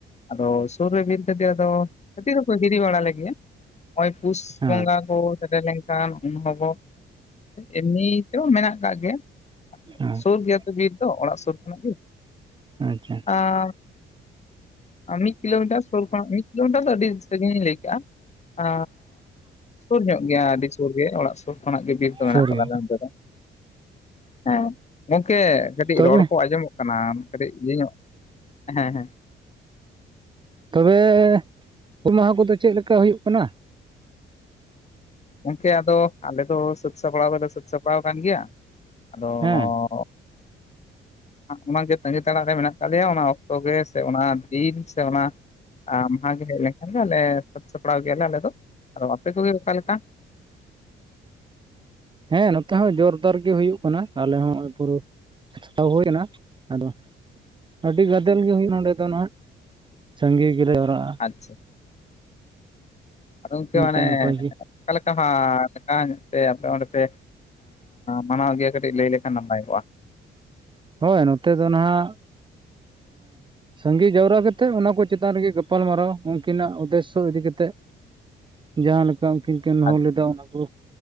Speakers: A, on the left (about 35°); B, on the right (about 25°).
A: ᱟᱫᱚ ᱥᱩᱨ ᱨᱮ ᱵᱤᱨ ᱠᱷᱟᱛᱤᱨ ᱟᱫᱚ ᱠᱟᱹᱴᱤᱡ <unintelligible> ᱵᱟᱲᱟ ᱞᱮ ᱜᱮᱭᱟ ᱱᱚᱜᱼᱚᱭ ᱯᱩᱥ
B: ᱦᱮᱸ
A: ᱵᱚᱸᱜᱟ ᱠᱚ ᱥᱮᱴᱮᱨ ᱞᱮᱱᱠᱷᱟᱱ ᱩᱱᱦᱚ ᱠᱚ ᱮᱢᱱᱤ ᱛᱚ ᱢᱮᱱᱟᱜ ᱠᱟᱜ ᱜᱮ᱾
B: ᱦᱮᱸ
A: ᱥᱩᱨ ᱜᱮᱭᱟᱛᱚ ᱵᱤᱨ ᱫᱚ ᱚᱲᱟᱜ ᱥᱩᱨ ᱠᱷᱚᱱᱟᱜ ᱜᱮ
B: ᱟᱪᱪᱷᱟ
A: ᱟᱨ ᱟ ᱢᱤᱫ ᱠᱤᱞᱳᱢᱤᱴᱟᱨ ᱥᱩᱨ ᱠᱷᱚᱱᱟᱜ ᱢᱤᱫ ᱠᱤᱞᱳᱢᱤᱴᱟᱨ ᱫᱚ ᱟᱹᱰᱤ ᱥᱟᱹᱜᱤᱧ ᱞᱟᱹᱭ ᱠᱟᱜᱼᱟ᱾ ᱟᱻ ᱥᱩᱨ ᱧᱚᱜ ᱜᱮᱭᱟ ᱟᱹᱰᱤ ᱥᱩᱨ ᱜᱮ ᱚᱲᱟᱜ ᱥᱩᱨ ᱠᱷᱚᱱᱟᱜ ᱜᱮ᱾ ᱢᱮᱱᱟᱜ
B: ᱥᱟᱹᱨᱤ
A: ᱠᱟᱫᱟ ᱟᱞᱮ ᱱᱚᱛᱮ ᱫᱚ, ᱦᱮᱸ ᱜᱚᱢᱠᱮ ᱠᱟᱹᱴᱤᱡ
B: ᱛᱚᱵᱮ
A: ᱨᱚᱲ ᱠᱚ ᱟᱸᱡᱚᱢᱚᱜ ᱠᱟᱱᱟ ᱠᱟᱹᱴᱤᱡ ᱤᱭᱟᱹ ᱧᱚᱜ ᱦᱮᱸ ᱦᱮᱸ᱾
B: ᱛᱚᱵᱮ ᱩᱢ ᱢᱟᱦᱟ ᱠᱚᱫᱚ ᱪᱮᱫᱞᱮᱠᱟ ᱦᱩᱭᱩᱜ ᱠᱟᱱᱟ?
A: ᱜᱚᱝᱠᱮ ᱟᱫᱚ ᱟᱞᱮ ᱫᱚ ᱥᱟᱹᱛ ᱥᱟᱯᱲᱟᱣ ᱫᱚᱞᱮ ᱥᱟᱹᱛ ᱥᱟᱯᱲᱟᱣ ᱠᱟᱱ ᱜᱮᱭᱟ ᱟᱫᱚ
B: ᱦᱮᱸ
A: ᱚ ᱚᱱᱟᱜᱮ ᱛᱟᱹᱜᱤ ᱛᱟᱲᱟᱜ ᱨᱮ ᱢᱮᱱᱟᱜ ᱠᱟᱜ ᱞᱮᱭᱟ ᱚᱱᱟ ᱚᱠᱛᱚ ᱜᱮ ᱥᱮ ᱚᱱᱟ ᱫᱤᱱ ᱥᱮ ᱚᱱᱟ ᱟᱢ ᱦᱟᱜ ᱜᱮ ᱪᱮᱫ ᱞᱮᱠᱟ ᱟᱞᱮ ᱥᱟᱹᱛ ᱥᱟᱯᱲᱟᱣ ᱜᱮᱭᱟ ᱞᱮ ᱟᱞᱮ ᱫᱚ ᱟᱫᱚ ᱟᱯᱮ ᱠᱚᱜᱮ ᱚᱠᱟ ᱞᱮᱠᱟ?
B: ᱦᱮᱸ ᱱᱚᱛᱮ ᱦᱚᱸ ᱡᱳᱨᱫᱟᱨ ᱜᱮ ᱦᱩᱭᱩᱜ ᱠᱟᱱᱟ ᱟᱞᱮ ᱦᱚᱸ ᱯᱩᱨᱟᱹᱣ ᱣ ᱦᱳᱭᱮᱱᱟ ᱟᱫᱚ ᱟᱹᱰᱤ ᱜᱟᱫᱮᱞ ᱜᱮ ᱦᱩᱭᱩᱜ ᱱᱚᱸᱰᱮ ᱫᱚ ᱱᱟᱦᱟᱜ ᱥᱟᱜᱮ ᱜᱮᱞᱮ ᱚᱨᱟᱜ᱾
A: ᱟᱪᱪᱷᱟ ᱟᱫᱚ ᱜᱚᱝᱠᱮ
B: ᱢᱚᱪᱟ
A: ᱚᱱᱮ
B: ᱱᱟᱯᱟᱭ ᱜᱮ
A: ᱚᱠᱟ ᱞᱮᱠᱟ ᱦᱟᱸᱜ ᱢᱤᱫᱴᱟᱝ ᱥᱮ ᱟᱯᱮ ᱚᱱᱛᱮ ᱢᱟᱱᱟᱣ ᱜᱮᱭᱟᱹ ᱠᱟᱹᱴᱤᱡ ᱞᱟᱹᱭ ᱞᱮᱠᱷᱟᱱ ᱱᱟᱯᱟᱭ ᱠᱚᱜᱼᱟ?
B: ᱦᱳᱭ ᱱᱚᱛᱮ ᱫᱚ ᱱᱚᱦᱟᱜ ᱥᱟᱸᱜᱮ ᱡᱟᱣᱨᱟ ᱠᱟᱛᱮᱫ ᱚᱱᱟ ᱠᱚ ᱪᱮᱛᱟᱱ ᱨᱮ ᱜᱮ ᱜᱟᱯᱟᱞ ᱢᱟᱨᱟᱣ ᱤᱱᱠᱟᱹᱱᱟᱜ ᱩᱫᱽᱫᱮᱥᱚ ᱤᱫᱤ ᱠᱟᱛᱮᱫ᱾
A: <inaudible>
B: ᱡᱟᱦᱟᱸ ᱞᱮᱠᱟ ᱩᱱᱠᱤᱱ ᱠᱤᱱ
A: ᱟᱨ
B: ᱦᱚᱸ ᱦᱚᱸ ᱞᱮᱫᱟ ᱚᱱᱟ ᱠᱳ